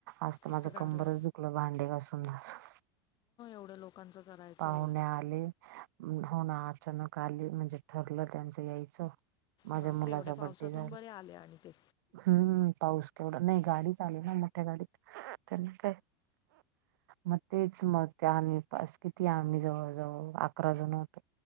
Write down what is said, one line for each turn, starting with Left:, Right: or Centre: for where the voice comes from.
Right: आजत
Left: एक
Right: माझं
Left: तर गारव्या
Right: कंबरच दुखलं भांडे घासून घासून.
Left: तेवढ्या लोकांचं करायचं.
Right: पाहुणे आले होन अचानक आले म्हणजे ठरलं त्यांचं यायचं. माझ्या
Left: बापरे
Right: मुलाचा
Left: एवढ्या पावसातून
Right: बड्डे झाला
Left: बरे आले आणि ते.
Right: हम्म पाऊस केवढा नाही गाडीत आले ना मोठ्या गाडीत. त्यांना काय म तेच मग ते आणि पास किती आम्ही जवळजवळ अकरा जण होतो.